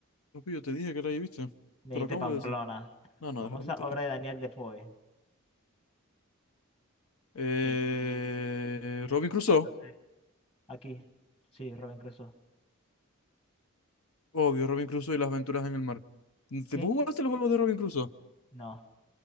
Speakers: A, on the left; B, on the left.
A: No, pues yo te dije que la ahí, ¿viste?
B: Me
A: Te
B: dijiste
A: lo acabo
B: Pamplona.
A: de decir. No, no,
B: Famosa
A: déjate mentir.
B: obra de Daniel Defoe.
A: Eh,
B: Eh, no
A: Robin Crusoe.
B: sé. Aquí. Sí, Robin Crusoe.
A: Obvio, Robin Crusoe y las aventuras en el mar.
B: ¿Quién?
A: ¿Te vos jugaste los juegos de Robin Crusoe?
B: No.